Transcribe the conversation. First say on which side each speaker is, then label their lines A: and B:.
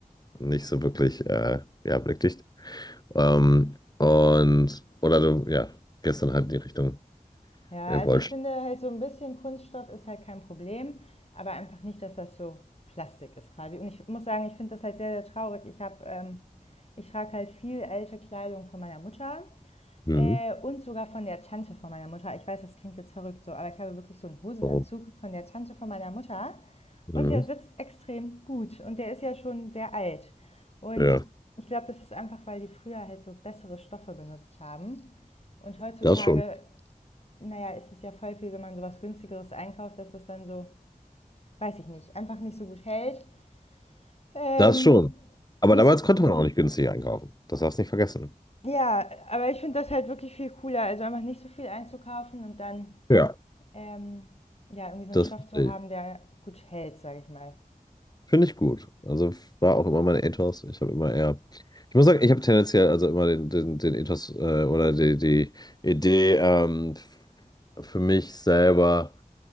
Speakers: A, on the left; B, on the left.
A: nicht so wirklich, äh, ja, blickdicht. Ähm, und, oder du, ja, gestern halt in die Richtung
B: Ja,
A: äh,
B: also
A: Wollsch.
B: ich finde halt so ein bisschen Kunststoff ist halt kein Problem, aber einfach nicht, dass das so Plastik ist quasi. Und ich muss sagen, ich finde das halt sehr, sehr traurig. Ich habe, ähm, ich trage halt viel alte Kleidung von meiner Mutter.
A: Mhm.
B: Äh, und sogar von der Tante von meiner Mutter. Ich weiß, das klingt jetzt verrückt so, aber ich habe wirklich so einen Hosenanzug
A: Warum?
B: von der Tante von meiner Mutter.
A: Mhm.
B: Und der sitzt extrem gut. Und der ist ja schon sehr alt. Und
A: Ja,
B: ich glaube, das ist einfach, weil die früher halt so bessere Stoffe benutzt haben. Und heutzutage,
A: das schon.
B: naja, ist es ja voll viel, wenn man sowas günstigeres einkauft, dass das dann so, weiß ich nicht, einfach nicht so gut hält. Ähm,
A: Das schon. Aber
B: das,
A: damals konnte man auch nicht günstig einkaufen. Das darfst du nicht vergessen.
B: ja, aber ich finde das halt wirklich viel cooler. Also einfach nicht so viel einzukaufen und dann
A: Ja,
B: ähm, ja, irgendwie so einen
A: das
B: Stoff
A: verstehe
B: zu haben,
A: ich.
B: der gut hält, sage ich mal.
A: Finde ich gut. Also war auch immer mein Ethos. Ich habe immer eher, ich muss sagen, ich habe tendenziell also immer den, den, den Ethos äh, oder die, die Idee ähm, für mich selber